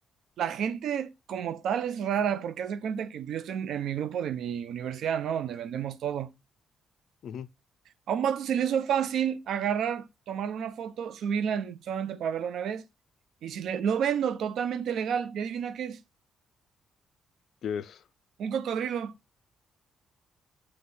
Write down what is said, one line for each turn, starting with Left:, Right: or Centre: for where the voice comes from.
Right: la gente como tal es rara, porque hace cuenta que yo estoy en, en mi grupo de mi universidad, ¿no? Donde vendemos todo.
Left: Ujú.
Right: A un vato se le hizo fácil agarrar, tomarle una foto, subirla en- solamente para verla una vez. Y si le, lo vendo totalmente legal, y adivina qué es,
Left: Que es
Right: un cocodrilo.